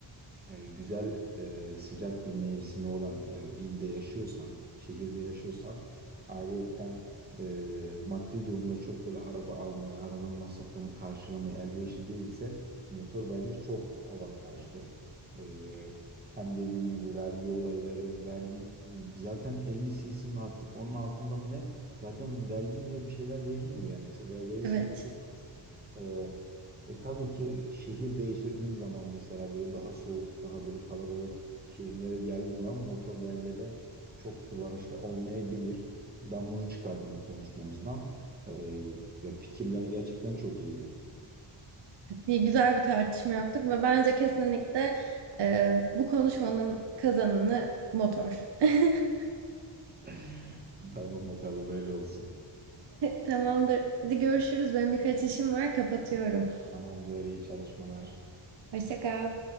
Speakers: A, on the right (about 20°); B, on the right (about 60°).
A: e, güzel e, sıcak bir mevsimi olan e, ilde yaşıyorsan, şehirde yaşıyorsan ayrıyetten e, maddi durumda çok böyle araba almaya, arabanın masraflarını karşılamaya elverişli değilse motor bence çok avantajlı. E, hem dediğin gibi vergi olayları, vergi zaten 50 cc mi artık onun altında mı ne? Zaten vergi mi ne bir şeyler verilmiyor yani. Çok, veya verilse
B: Evet,
A: de çok az. E, e tabii ki şehir değiştirdiğin zaman mesela böyle daha soğuk, daha böyle kalabalık şehirlere geldiğin zaman motor bence de çok kullanışlı olmayabilir. Ben bunu çıkardım konuşmamızdan. Ee, yani fikirler gerçekten çok iyiydi.
B: diye güzel bir tartışma yaptık ve bence kesinlikle e, bu konuşmanın kazananı motor. <laughs>
A: <laughs> Tamam bakalım öyle olsun.
B: Tamamdır. Hadi görüşürüz. Benim birkaç işim var, kapatıyorum.
A: Tamamdır, iyi çalışmalar.
B: Hoşça kal.